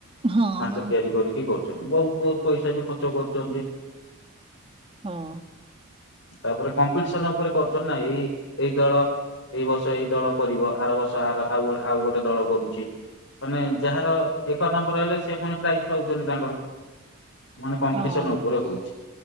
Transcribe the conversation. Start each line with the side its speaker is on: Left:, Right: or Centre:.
Right: ହଁ
Left: ଢାଞ୍ଚ
Right: ମୁଁ
Left: ତିଆରି କରିକି କରୁଛନ୍ତି। ବହୁତ, ବହୁତ ପଇସା ବି ଖର୍ଚ୍ଚ କରୁଛନ୍ତି।
Right: ହଁ।
Left: ତାପରେ, କମ୍ପିଟିସନ ଉପରେ କରୁଛନ୍ତି ନା, ଏଇ, ଏଇ ଦଳ। ଏଇ ବର୍ଷ ଏଇ ଦଳ କରିବ। ଆର ବର୍ଷ ଆର, ଆଉ' ଆଉ ଗୋଟେ ଦଳ କରୁଛି। ମାନେ ଯାହାର, ଏକ ନମ୍ବର ହେଲେ, ସେ ପୁଣି ପ୍ରାଇଜ ପାଉଛନ୍ତି ତାଙ୍କର। ମାନେ କମ୍ପିଟିସନ
Right: ହଁ
Left: ଉପରେ, ହଉଛି।